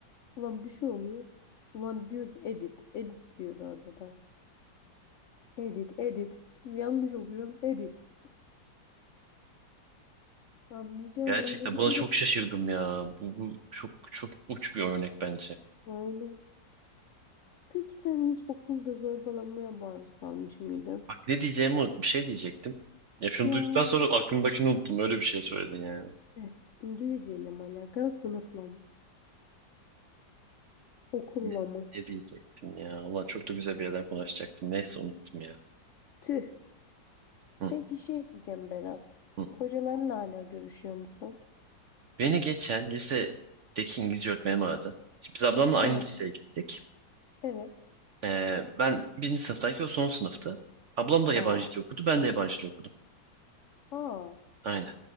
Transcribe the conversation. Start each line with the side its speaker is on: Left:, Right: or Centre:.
Left: Ulan bir şey oluyor. Ulan diyor ki edit. Edit diyordu orada da. Edit, edit. Yanlış okuyorum. Edit. Anlayacağın
Right: Gerçekten
Left: öyle bir
Right: buna
Left: durum.
Right: çok şaşırdım ya. Bu, bu çok çok uç bir örnek bence.
Left: Aynen. Peki sen hiç okulda zorbalanmaya maruz kalmış mıydın?
Right: Bak ne diyeceğimi unut. Bir şey diyecektim. Ya şunu
Left: Ya
Right: duyduktan sonra aklımdakini unuttum. Öyle bir şey söyledin yani.
Left: tüh. İngilizceyle mi alakalı sınıfla mı? Okulla
Right: Ne,
Left: mı?
Right: ne diyecektim ya? Ulan çok da güzel bir yerden konuşacaktım. Neyse unuttum ya.
Left: Tüh.
Right: Hı,
Left: Peki şey diyeceğim Berat.
Right: hı.
Left: Hocalarınla hala görüşüyor musun?
Right: Beni geçen lisedeki İngilizce öğretmenim aradı. Şimdi biz ablamla
Left: Evet.
Right: aynı liseye gittik.
Left: Evet.
Right: Ee, ben birinci sınıftayken o son sınıftı. Ablam da yabancı
Left: Aa.
Right: dil okudu. Ben de yabancı dil okudum.
Left: Aa.
Right: Aynen.